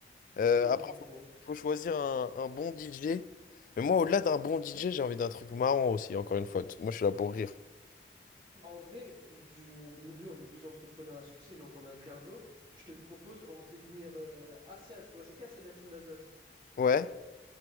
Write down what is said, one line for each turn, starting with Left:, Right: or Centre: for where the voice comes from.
Left: Euh,
Right: ok,
Left: après,
Right: je
Left: faut,
Right: vois.
Left: faut choisir un, un bon DJ. Mais moi, au-delà d'un bon DJ, j'ai envie d'un truc marrant aussi, encore une fois. Moi, je suis là pour rire.
Right: Bah, en vrai, je- tu- nous deux, on est deux entrepreneurs à succès, donc on a le cardio. Je te propose, on fait venir euh, Asia. Tu vois, c'est qui Asia de la team d'Alsace?
Left: Ouais.